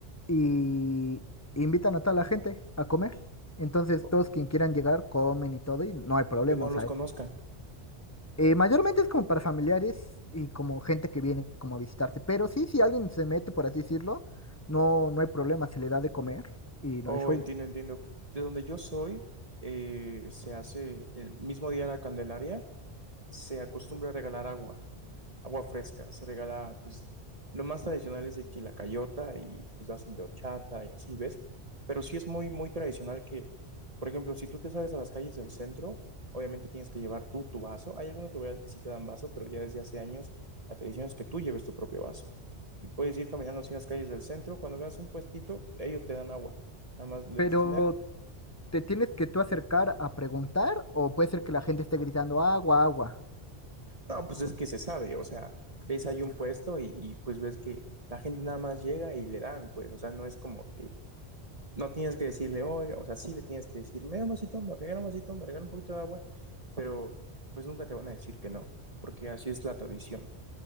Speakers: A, on the left (about 15°); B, on the right (about 35°).
A: y invitan a toda la gente a comer. Entonces,
B: O-
A: todos quien quieran llegar comen y todo, y no hay problema,
B: Que no
A: o
B: los
A: sea,
B: conozcan.
A: eh, mayormente es como para familiares y como gente que viene como a visitarte. Pero sí, si alguien se mete, por así decirlo, no, no hay problema, se le da de comer y
B: Oh,
A: no hay show.
B: entiendo, entiendo. De donde yo soy, eh, se hace el mismo día de la Candelaria, se acostumbra a regalar agua. agua fresca. Se regala, pues, lo más tradicional es de chilacayota y pues hacen de horchata y así, ¿ves? Pero sí es muy, muy tradicional que, por ejemplo, si tú te sales a las calles del centro, obviamente tienes que llevar tú tu vaso. Hay algunos lugares que sí te dan vaso, pero ya desde hace años la tradición es que tú lleves tu propio vaso. Y puedes ir caminando así en las calles del centro. Cuando veas un puestito, ellos te dan agua. Nada más le
A: Pero
B: dices, "Me da-".
A: te tienes que tú acercar a preguntar o puede ser que la gente esté gritando agua, agua.
B: No, pues es que se sabe, o sea, ves ahí un puesto y, y, pues ves que la gente nada más llega y le dan, pues, o sea, no es como que No tienes que decirle, oiga, o sea, sí le tienes que decir, me da un vasito, me regala un vasito, me regala un poquito de agua, pero pues nunca te van a decir que no, porque así es la tradición.